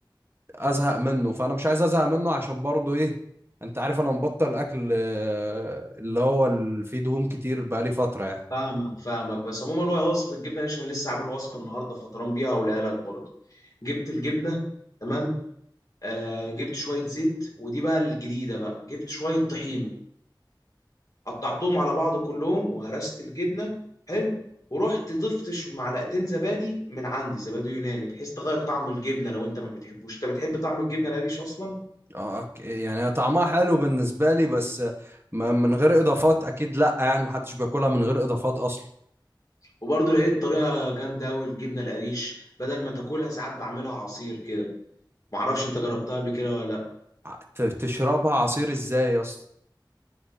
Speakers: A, on the right; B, on the left.
A: ازهق منه فانا مش عايز ازهق منه عشان برضه ايه انت عارف انا مبطل اكل آه، اللي هو اللي فيه دهون كتير بقالي فترة يعني
B: فاهمك فاهمك بس عموما هو وصفة الجبنة دي عشان لسه عامل وصفة النهاردة فطران بيها ولاقيها لك برضه جبت الجبنة تمام آه جبت شوية زيت ودي بقى الجديدة بقى جبت شوية طحينة قطعتهم على بعض كلهم وهرست الجبنة حلو ورحت ضفت ش- معلقتين زبادي من عندي زبادي يوناني بحيث تغير طعم الجبنة لو انت ما بتحبوش انت بتحب طعم الجبنة القريش اصلا
A: اه ك- يعني هي طعمها حلو بالنسبة لي بس م- من غير اضافات اكيد لا يعني محدش بياكلها من غير اضافات اصلا
B: وبرضه لقيت طريقة جامدة قوي الجبنة القريش بدل ما تاكلها ساعات بعملها عصير كده معرفش انت جربتها قبل كده ولا لا
A: ع- ت- تشربها عصير ازاي يا اسطى